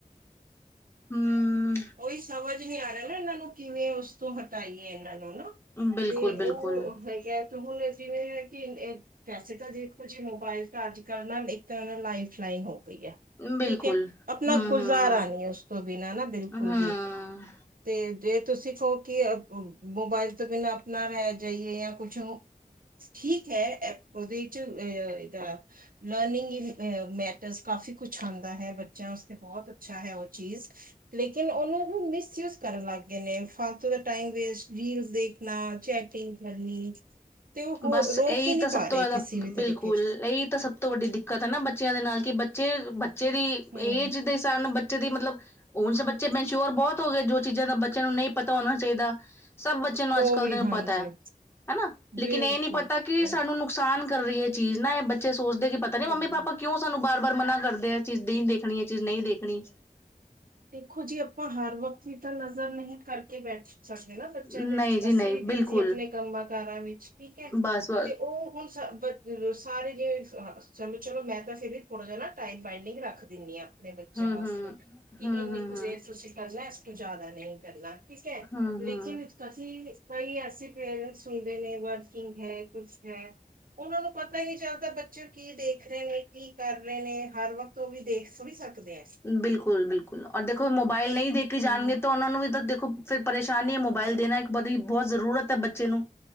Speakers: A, on the left; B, on the right.
A: ਹਮ
B: ਓਈ ਸਮਝ ਨੀ ਆ ਰਿਹਾ ਨਾ ਇਹਨਾਂ ਨੂੰ ਕਿਵੇਂ ਉਸ ਤੋਂ ਹਟਾਈਏ ਇਹਨਾਂ ਨੂੰ ਨਾ।
A: ਬਿਲਕੁਲ
B: ਤੇ
A: ਬਿਲਕੁਲ
B: ਉਹ ਹੈਗਾ ਤੇ ਹੁਣ ਜਿਵੇਂ ਹੈ ਕਿ ਵੈਸੇ ਤਾਂ ਦੇਖੋ ਜੀ ਮੋਬਾਇਲ ਤਾਂ ਅੱਜ ਕਲ੍ਹ ਨਾ ਇੱਕ ਤਰ੍ਹਾਂ ਨਾਲ ਲਾਈਫ ਲਾਈਨ ਹੋ ਗਈ ਹੈ।
A: ਬਿਲਕੁਲ
B: ਠੀਕ ਹੈ ਆਪਣਾ
A: ਹਮ
B: ਗੁਜ਼ਾਰਾ
A: ਹਮ
B: ਨਹੀਂ ਉਸ ਤੋਂ ਬਿਨਾਂ ਨਾ ਬਿਲਕੁਲ
A: ਹੂੰ
B: ਵੀ। ਤੇ ਜੇ ਤੁਸੀਂ ਕਹੋ ਕਿ ਮੋਬਾਇਲ ਤੋਂ ਬਿਨਾਂ ਆਪਣਾ ਰਹਿ ਜਾਈਏ ਜਾਂ ਕੁਛ ਠੀਕ ਹੈ ਏ ਉਹਦੇ ਚ ਇਹਦਾ ਲਰਨਿੰਗ ਇਨ ਮੈ ਕਾਫੀ ਕੁਛ ਆਂਦਾ ਹੈ ਬੱਚਿਆਂ ਵਸਤੇ ਬਹੁਤ ਅੱਛਾ ਹੈ ਉਹ ਚੀਜ਼। ਲੇਕਿਨ ਉਹਨਾਂ ਨੂੰ ਮਿਸਯੂਜ ਕਰਨ ਲੱਗ ਗਏ ਨੇ ਫਾਲਤੂ ਦਾ ਟਾਈਮ ਵੇਸਟ ਰੀਲ ਦੇ ਨਾਲ ਚੈਟਿੰਗ ਕਰਨੀ। ਤੇ ਉਹ ਹੋ
A: ਬਸ
B: ਰੋਕ
A: ਇਹੀ
B: ਹੀ ਨਹੀਂ
A: ਤਾਂ ਸਭ
B: ਪਾ ਰਹੇ
A: ਤੋਂ ਜ਼ਿਆਦਾ
B: ਕਿਸੇ ਵੀ
A: ਬਿਲਕੁਲ
B: ਤਰੀਕੇ ਚ
A: ਇਹੀ ਤਾਂ ਸਭ ਤੋਂ ਵੱਡੀ ਦਿੱ ਕਤਾ ਨਾ ਬੱਚਿਆਂ ਦੇ ਨਾਲ ਕਿ ਬੱਚੇ ਬੱਚੇ ਦੀ
B: ਹਮ
A: ਏਜ ਦੇ ਸਨ ਬੱਚੇ ਦੀ ਮਤਲਬ ਹੁਣ ਬੱਚੇ ਮਨਚੋਰ ਬਹੁਤ ਹੋ ਗਏ ਜੋ ਚੀਜ਼ਾਂ ਦਾ ਬੱਚਿਆਂ ਨੂੰ ਨਹੀਂ ਪਤਾ ਹੋਣਾ ਚਾਹੀਦਾ ਸਭ ਬੱਚੇ ਬੱਚੇ ਨੂੰ ਅੱਜ
B: ਉਹ
A: ਕੱਲ੍ਹ
B: ਵੀ
A: ਤੈਨੂੰ
B: ਹਾਂਜੀ
A: ਪਤਾ ਹੈ ਹਨਾ। ਲੇਕਿਨ
B: ਬਿਲਕੁਲ
A: ਇਹ ਨੀ ਪਤਾ
B: ਸਹੀ
A: ਕਿ ਸਾਨੂੰ ਨੁਕਸਾਨ ਕਰ ਰਹੀ ਇਹ ਚੀਜ਼ ਨਾ ਇਹ ਬੱਚੇ ਸੋਚਦੇ ਕਿ ਪਤਾ ਨੀ ਮੰਮੀ
B: ਹਮ
A: ਪਾਪਾ ਕਿਉਂ ਸਾਨੂੰ ਬਾਰ ਬਾਰ ਮਨਾ ਕਰਦੇ ਆ ਚੀਜ਼ ਨਹੀਂ ਦੇਖਣੀ ਇਹ ਚੀਜ਼ ਨਹੀਂ ਦੇਖਣੀ।
B: ਦੇਖੋ ਜੀ ਆਪਾਂ ਹਰ ਵਕਤ ਵੀ ਤਾਂ ਨਜ਼ਰ ਨਹੀਂ ਕਰਕੇ ਬੈ ਸਾਡੇ ਨਾ ਬੱਚਿਆਂ
A: ਨਹੀਂ
B: ਤੇ
A: ਜੀ
B: ਅਸੀਂ
A: ਨਹੀਂ
B: ਵੀ ਬਿਜ਼ੀ
A: ਬਿਲਕੁਲ
B: ਆਪਣੇ ਕੰਮਾਂ ਕਾਰਾਂ ਵਿੱਚ ਠੀਕ ਹੈ
A: ਬਸ ਬਸ
B: ਤੇ ਉਹ ਹੁਣ ਸ ਸਾਰੇ ਜ ਚਲੋ ਮੈਂ ਤਾਂ ਫਿਰ ਵੀ ਥੋੜ੍ਹਾ ਜਿ ਟਾਈਮ ਬਾਈੰਡਿੰਗ ਰੱਖ ਦਿੰਦੀ ਹਾਂ। ਦੇ ਬੱਚਿਆਂ
A: ਹੂੰ
B: ਵਾਸਤੇ
A: ਹੂੰ
B: ਕਿ
A: ਹੂੰ
B: ਇੰਨੀ
A: ਹੂੰ
B: ਕੁਝਰ
A: ਹੂੰ
B: ਤੁਸੀਂ ਕਰਨਾ ਇਸ ਕਿ ਜ਼ਿਆਦਾ ਨਹੀਂ ਕਰਨਾ। ਠੀਕ ਹੈ
A: ਹੂੰ
B: ਲੇਕਿਨ
A: ਹੂੰ
B: ਅਸੀ ਕਈ ਐਸੇ ਪੇਰੈਂਟਸ ਹੁੰਦੇ ਨੇ ਵਰਕਿੰਗ ਹੈ ਕੁਛ ਹੈ। ਉਹਨਾਂ ਨੂੰ ਪਤਾ ਹੀ ਨਹੀਂ ਚੱਲਦਾ ਬੱਚੇ ਕੀ ਦੇਖ ਰਹੇ ਨੇ ਕੀ ਕਰ ਰਹੇ ਨੇ ਹਰ ਵਕਤ ਓ ਵੀ ਦੇਖ ਥੋੜੀ ਸਕਦੇ ਆ।
A: ਬਿਲਕੁਲ ਬਿਲਕੁਲ ਔਰ ਦੇਖੋ ਮੋਬਾਇਲ ਨਹੀਂ ਦੇਖੇ ਨਈ ਜਾਣਗੇ
B: ਹਮ
A: ਤਾਂ ਉਹਨਾਂ ਨੂੰ ਵੀ ਤਾਂ ਦੇਖੋ ਫਿਰ ਪਰੇਸ਼ਾਨੀ ਹੈ ਮੋਬਾਇਲ ਦੇਣਾ ਇੱਕ ਬੜੀ ਬਹੁਤ ਜ਼ਰੂਰਤ ਹੈ ਬੱਚੇ ਨੂੰ।